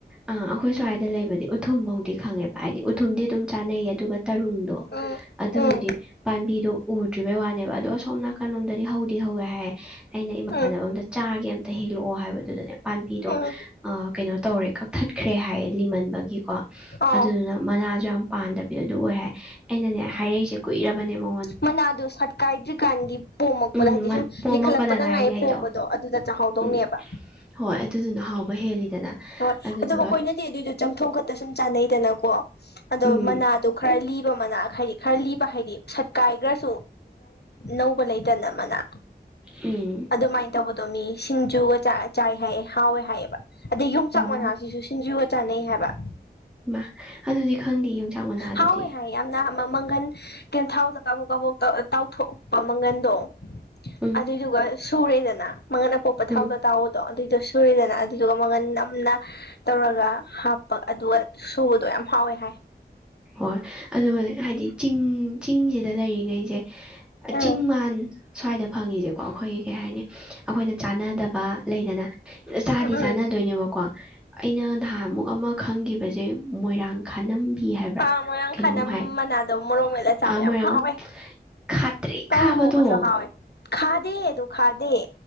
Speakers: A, in the centre; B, on the left.
A: ꯑ ꯑꯩꯈꯣꯏ ꯁ꯭ꯋꯥꯏꯗ ꯂꯩꯕꯗꯤ ꯎꯊꯨꯝꯐꯧꯗꯤ ꯈꯪꯉꯦꯕ ꯍꯥꯏꯗꯤ ꯎꯊꯨꯝꯗꯤ ꯑꯗꯨꯝ ꯆꯥꯅꯩꯌꯦ ꯑꯗꯨꯒ ꯇꯔꯨꯡꯗꯣ
B: ꯎꯝ
A: ꯑꯗꯨꯗꯨꯗꯤ
B: ꯎꯝ
A: ꯄꯥꯝꯕꯤꯗꯣ ꯎꯗ꯭ꯔꯤꯕꯩ ꯋꯥꯅꯦꯕ ꯑꯗꯣ ꯑꯁꯣꯝꯅꯅꯥ ꯣꯝ ꯍꯧꯗꯤ ꯍꯧꯋꯦ ꯍꯥꯏꯔꯌꯦ ꯑꯩꯅ ꯏꯃꯥꯟꯅꯕ
B: ꯎꯝ
A: ꯑ ꯆꯥꯒꯦ ꯍꯦꯛꯂꯛꯑꯣ ꯍꯥꯏꯕꯗꯨꯗꯅꯦ ꯄꯥꯝꯕꯤꯗꯣ
B: ꯎꯝ
A: ꯀꯩꯅꯣ ꯇꯧꯔꯦ ꯀꯛꯊꯠꯈ꯭ꯔꯦ ꯍꯥꯏ ꯂꯤꯃꯟꯕꯒꯤ ꯀꯣ
B: ꯑꯥꯎ
A: ꯑꯗꯨꯗꯨꯅ ꯃꯅꯥꯁꯨ ꯌꯥꯝ ꯄꯥꯟꯗꯕꯤ ꯑꯗꯨ ꯑꯣꯏ ꯍꯥꯏ ꯑꯩꯅꯅꯦ ꯍꯥꯏꯔꯛꯏꯁꯦ ꯀꯨꯏꯔꯕꯅꯦ ꯃ
B: ꯃꯅꯥꯗꯣ ꯁꯠꯀꯥꯏꯗ꯭ꯔꯤꯀꯥꯟꯒꯤ ꯄꯣꯝꯃꯛꯄꯗ
A: ꯎꯝ
B: ꯍꯥꯏꯗꯤ
A: ꯃꯠ
B: ꯁꯨꯝ
A: ꯄꯣꯝꯃꯛꯄꯗ
B: ꯂꯤꯈꯠꯂꯛꯄꯗ
A: ꯉꯥꯏꯔꯤꯉꯩꯗꯣ
B: ꯉꯥꯏꯌꯦ ꯄꯣꯝꯕꯗꯣ ꯑꯗꯨꯗ ꯆꯪ ꯍꯧꯗꯧꯅꯦꯕ
A: ꯎꯝ ꯍꯣꯏ ꯑꯗꯨꯗꯨꯅ ꯍꯥꯎꯕ ꯍꯦꯜꯂꯤꯗꯅ
B: ꯍꯣꯏ
A: ꯑꯗꯨꯗꯨꯒ
B: ꯑꯗꯨꯝ ꯑꯩꯈꯣꯏꯅꯗꯤ ꯑꯗꯨꯏꯗꯣ ꯆꯝꯊꯣꯡ ꯈꯛꯇ ꯁꯨꯝ ꯆꯥꯟꯅꯩꯗꯅꯀꯣ ꯑꯗꯣ
A: ꯎꯝ
B: ꯃꯅꯥꯗꯣ ꯈꯔ ꯈꯔ ꯂꯤꯕ ꯃꯅꯥ ꯍꯥꯏꯗꯤ ꯈꯔ ꯂꯤꯕ ꯍꯥꯏꯗꯤ ꯁꯠꯀꯥꯏꯈ꯭ꯔꯁꯨ ꯅꯧꯕ ꯂꯩꯇꯅ ꯃꯅꯥ
A: ꯎꯝ
B: ꯑꯗꯨꯃꯥꯏꯅ ꯇꯧꯕꯗꯣ ꯃꯤ ꯁꯤꯡꯖꯨꯒ ꯆꯥꯏ ꯍꯥꯏꯌꯦꯦ ꯍꯥꯎꯋꯦ ꯍꯥꯏꯌꯦꯕ ꯑꯗꯒꯤ ꯆꯥꯛ
A: ꯑꯣ
B: ꯃꯅꯥꯁꯤꯁꯨ ꯁꯤꯡꯖꯨꯒ ꯆꯥꯅꯩ ꯍꯥꯏꯕ
A: ꯃꯥ ꯑꯗꯨꯗꯤ ꯈꯪꯗꯦ ꯌꯣꯡꯆꯥꯛ ꯃꯅꯥ ꯑꯗꯨꯗꯤ
B: ꯍꯥꯎꯋꯦ ꯍꯥꯏ ꯌꯥꯝꯅ ꯃꯪꯒꯟ ꯀꯦꯟꯊꯥꯎꯗ ꯀꯥꯕꯣꯛ ꯀꯥꯕꯣꯛ ꯇꯥꯎꯊꯣꯛꯄ ꯃꯪꯒꯟꯗꯣ
A: ꯎꯝ
B: ꯑꯗꯨꯏꯗꯨꯒ ꯁꯨꯔꯦꯗꯅ ꯃꯉꯟ ꯑꯄꯣꯛꯄ
A: ꯎꯝ
B: ꯊꯥꯎꯗ ꯇꯥꯎꯕꯗꯣ ꯑꯗꯨꯏꯗꯨꯣ ꯁꯨꯔꯤꯗꯅ ꯑꯗꯨꯏꯗꯨꯒ ꯃꯒꯟ ꯅꯝꯅ ꯇꯧꯔꯒ ꯍꯥꯞꯄ ꯑꯗꯨꯒ ꯁꯨꯕꯗꯣ ꯌꯥꯝ ꯍꯥꯎꯋꯦ ꯍꯥꯏ
A: ꯍꯣꯏ ꯑꯗꯨꯒ ꯍꯥꯏꯗꯤ ꯆꯤꯡ ꯆꯤꯡꯁꯤꯗ ꯂꯩꯔꯤꯉꯩꯁꯦ
B: ꯎꯝ
A: ꯆꯤꯡ ꯃꯥꯟ ꯁ꯭ꯋꯥꯏꯗ ꯐꯪꯉꯤꯁꯦꯀꯣ ꯑꯩꯈꯣꯏꯒꯤ ꯀꯩ ꯍꯥꯏꯅꯤ ꯑꯩꯈꯣꯏꯅ ꯆꯥꯟꯅꯗꯕ ꯂꯩꯗꯅ ꯆꯥꯗꯤ
B: ꯎꯝ
A: ꯆꯥꯟꯅꯗꯣꯏꯅꯦꯕꯀꯣ ꯑꯩꯅ ꯅꯍꯥꯃꯨꯛ ꯑꯃ ꯈꯪꯕꯁꯦ ꯃꯣꯏꯔꯥꯡ ꯈꯥꯅꯝꯕꯤ ꯍꯥꯏ ꯭ꯔ
B: ꯄꯥꯡ ꯃꯣꯏꯔꯥꯡ
A: ꯀꯩꯅꯣꯝ
B: ꯈꯥꯅꯝ
A: ꯍꯥꯏ
B: ꯃꯅꯥꯗꯣ ꯃꯣꯔꯣꯛ ꯃꯦꯠꯂ ꯆꯥꯕ
A: ꯑ ꯃꯣꯏꯔꯥꯡ
B: ꯌꯥꯝ ꯍꯥꯎꯋꯦ
A: ꯈꯥꯇ꯭ꯔꯤ
B: ꯀꯥꯡꯉꯧ
A: ꯈꯥꯕꯗꯣ
B: ꯉꯧꯕꯁꯨ ꯍꯥꯎꯋꯦ ꯈꯥꯗꯦ ꯑꯗꯨ ꯈꯥꯗꯦ